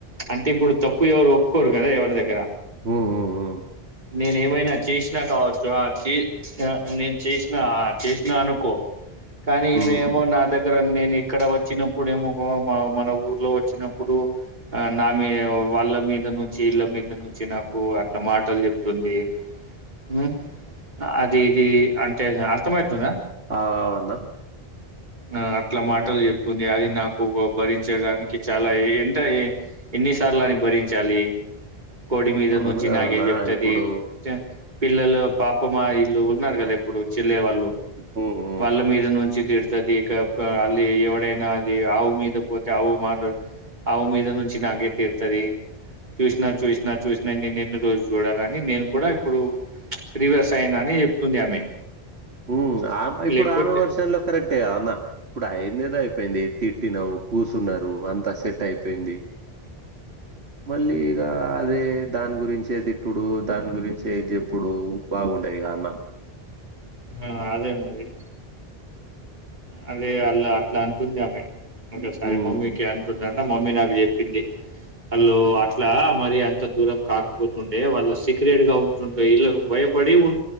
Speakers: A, on the right; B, on the right.
A: అంటే ఇప్పుడు తప్పు ఎవరు ఒప్పుకోరు కదా ఎవరి దగ్గర
B: హు హు ఉ
A: నేను ఏమైనా చేసినా కావచ్చు. చే నేను చేసినా చేసినా అనుకో కానీ
B: హ్మ్.
A: ఈమేమో
B: హ్మ్.
A: నా దగ్గర నేను ఇక్కడ వచ్చినప్పుడుమో హో మ మన ఊరు లో వచ్చినప్పుడు అ నా మీ వాళ్ళ మీద నుంచి ఇళ్ళ మీద నుంచి నాకు అట్లా మాటలు చెప్తుంది హు హా అది ఇది అంటే అర్థమవుతదా
B: ఆ అవున
A: ఆ అట్ల మాటలు చెప్ ది నాకుబరి చేడానికి చాలా ఎంటయి ఎన్నిసార్లు అని భరించాలి. కోడి మీద
B: అవును
A: నుంచి
B: గదన్నా!
A: నాగే చెప్తది
B: ఇప్పుడు
A: పిల్లలు పాపమ ఇ ఉన్నారు కదా ఇప్పుడు చెల్ల వాళ్ళు
B: హ్మ్. హ్మ్.
A: వాళ్ళ మీద నుంచి తిడుతది. కప ఇ ఎప్పుడైనా అది ఆవు మీద పోతే ఆవు మాట ఆవు మీద నుంచి నాక్ అగే తిరుతది చూసినా చూసినా చూసినా నేనున్న రోజు చూడాలని నేను కూడా ఇప్పుడు ప్రివర్స్ అయిన అని చెప్తుంది ఆమె.
B: ఊ ఆమె ఇప్పుడు
A: లేకపోతే
B: ఆమె వర్షన్ లో కరెక్టే కాదన్ ఇప్పుడు అయిందేదో అయిపోయింది. తిట్టినవు కూచున్నారు. అంత సెట్ అయిపోయింది. మళ్ళీ ఈగా అదే దాని గురించేదిట్టుడు దాని గురించే జెప్పుడు బాగుండేది కా అన్న
A: ఆ అదే మరి అదే అలా అట్లా అంటుంది ఆమె ఒకసారి
B: హ్మ్.
A: మమ్మీకి అంటున్నాన్ మమ్మీ నాకు చెప్పింది. ఆళ్ళు అట్లా మరి అంత దూరం కాకపోతుండ్ అంటే వాళ్ళ సీక్రెట్ గా ఉంటుంటాయి ఇలాగ్ భయపడి ఉన్